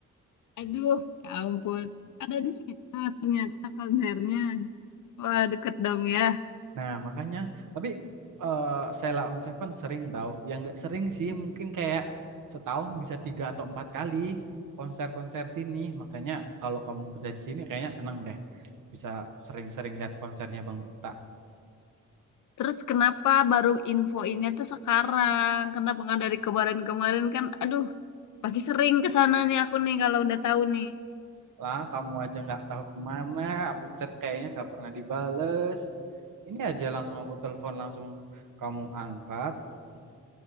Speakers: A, on the left; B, on the right.
A: Aduh, ya ampun Ada di situ ternyata konsernya Wah, deket dong ya
B: Nah, makanya tapi eh Sheila on Seven sering tahu. Yang nggak sering sih mungkin kayak setahun bisa tiga atau empat kali konser-konser sini. Makanya kalau kamu kerja di sini kayaknya seneng deh bisa sering-sering lihat konsernya Bang Duta.
A: Terus kenapa baru infoinnya tuh sekarang? Kenapa nggak dari kemarin-kemarin kan? Aduh, pasti sering ke sana nih aku nih kalau udah tahu nih.
B: Lah, kamu aja nggak tahu kemana, aku chat kayaknya nggak pernah dibales. Ini aja langsung aku telepon langsung kamu angkat.